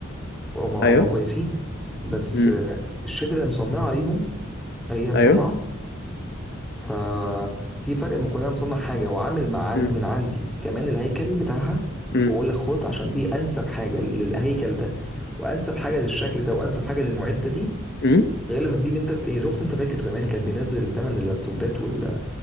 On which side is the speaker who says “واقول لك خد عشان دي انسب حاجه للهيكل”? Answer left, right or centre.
Centre